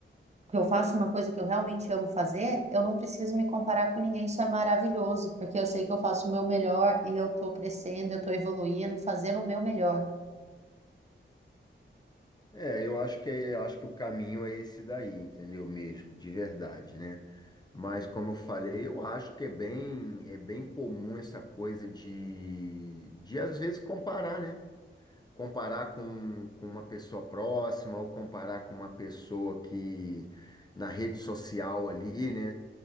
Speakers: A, on the right; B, on the left.
A: que eu faço uma coisa que eu realmente amo fazer, eu não preciso me comparar com ninguém, isso é maravilhoso, porque eu sei que eu faço o meu melhor e eu estou crescendo, eu estou evoluindo, fazendo o meu melhor.
B: É, eu acho que é- eu acho que o caminho é esse daí, entendeu mesmo, de verdade, né? Mas como eu falei, eu acho que é bem é bem comum essa coisa de de às vezes comparar, né? comparar com, com uma pessoa próxima ou comparar com uma pessoa que na rede social ali, né?